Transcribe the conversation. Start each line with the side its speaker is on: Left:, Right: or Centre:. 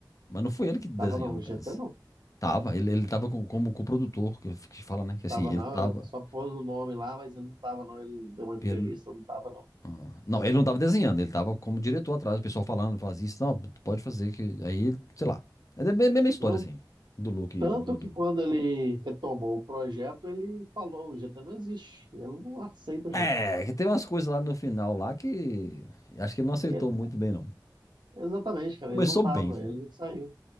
Left: Mas não foi ele que desenhou,
Right: Tava não, o
Left: no
Right: GT
Left: caso.
Right: não.
Left: Tava, ele, ele tava com, como co-produtor, que, que fala, né? Que
Right: Tava
Left: assim, ele
Right: não,
Left: tava
Right: é, só pôs o nome lá, mas ele não tava não, ele deu uma entrevista,
Left: pelo.
Right: não tava não.
Left: ah, Não, ele não tava desenhando, ele tava como diretor atrás, o pessoal falando, faz isso, não, pode fazer, que aí, sei lá. É a mesma história,
Right: Não,
Left: assim, do Luke e
Right: tanto
Left: do,
Right: que
Left: do,
Right: quando ele retomou o projeto, ele falou, o GT não existe, ele não aceita o GT.
Left: É, que tem umas coisas lá no final lá que acho que ele não aceitou
Right: E
Left: muito bem, não.
Right: exatamente, cara,
Left: Começou
Right: ele não tava,
Left: bem, sabe?
Right: ele saiu.